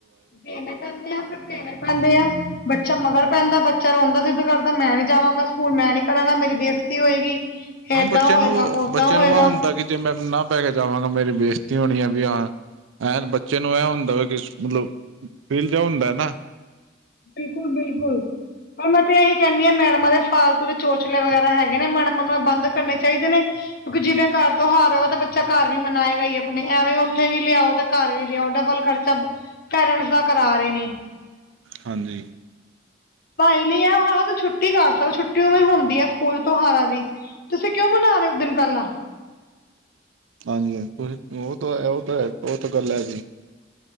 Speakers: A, on the left; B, on the right.
A: ਦੇਣੇ ਪੈਂਦੇ ਆ। ਫਿਰ ਦੇਣੇ ਪੈਂਦੇ ਆ ਬੱਚਾ ਮਗਰ ਪੈਂਦਾ ਬੱਚਾ ਰੋਂਦਾ ਜ਼ਿੱਦ ਕਰਦਾ ਮੈਂ ਨੀ ਜਾਵਾਂਗਾ ਹੁਣ ਮੈਂ ਨੀ ਕਰਾਂਗਾ ਮੇਰੀ ਬੇਸਤੀ ਹੋਏਗੀ।
B: ਹਾਂ,
A: ਏਦਾਂ
B: ਬੱਚੇ
A: ਹੋਏਗਾ
B: ਨੂੰ
A: ਓਦਾਂ
B: ਬੱਚੇ
A: ਹੋਏਗਾ
B: ਨੂੰ ਆਹ ਹੁੰਦਾ ਕਿ ਜੇ ਮੈਂ ਨਾ ਪਾ ਕੇ ਜਾਵਾਂਗਾ ਮੇਰੀ ਬੇਜ਼ਤੀ ਹੋਣੀ ਆ ਵੀ ਹਾਂ। ਐ ਬੱਚੇ ਨੂੰ ਇਹ ਹੁੰਦਾ ਵਾ ਕਿ, ਮਤਲਬ ਫੀਲ ਜਾ ਹੁੰਦਾ ਨਾ।
A: ਬਿਲਕੁਲ-ਬਿਲਕੁਲ। ਪਰ ਮੈਂ ਤੇ ਇਹੀ ਕਹਿੰਨੀ ਆ ਮੈਡਮਾਂ ਦੇ ਫਾਲਤੂ ਦੇ ਚੋਚਲੇ ਵਗੈਰਾ ਹੈਗੇ ਨੇ ਮੈਡਮਾਂ ਨੂੰ ਇਹ ਬੰਦ ਕਰਨੇ ਚਾਹੀਦੇ ਨੇ। ਕਿਉਂਕਿ ਜਿਹਦੇ ਘਰ ਤਿਉਹਾਰ ਹੋਵੇ ਉਹ ਤਾਂ ਬੱਚਾ ਘਰ ਵੀ ਮਨਾਏਗਾ ਹੀਏ ਆਪਣੇ ਐਵੇਂ ਉੱਥੇ ਵੀ ਲਿਆਓ ਤਾਂ ਘਰ ਵੀ ਲਿਆਓ, ਡਬਲ ਖਰਚਾ ਪੇਰੈਂਟਸ ਦਾ ਕਰਾ ਰੇ ਨੇ।
B: ਹਾਂਜੀ।
A: ਭਾਈ ਲੀ ਏ ਹਾਂ ਤੂੰ ਛੁੱਟੀ ਕਰ ਸਕ ਛੁੱਟੀ ਉਵੇਂ ਹੁੰਦੀ ਆ ਸਕੂਲ ਤਿਉਹਾਰਾਂ ਦੀ। ਤੁਸੀਂ ਕਿਉਂ ਮਨਾ ਰੇਓ ਇਕ ਦਿਨ ਪਹਿਲਾਂ?
B: ਹਾਂਜੀ -ਹਾਂਜੀ ਤੁਸੀ ਉਹ ਤਾਂ ਉਹ ਤਾਂ ਉਹ ਤਾਂ ਗੱਲ ਹੈਗੀ